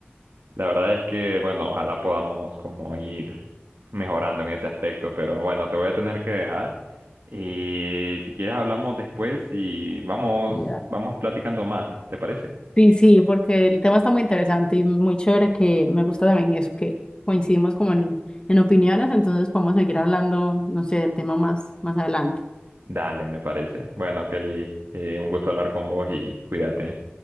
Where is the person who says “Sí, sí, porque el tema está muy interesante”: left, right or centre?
Left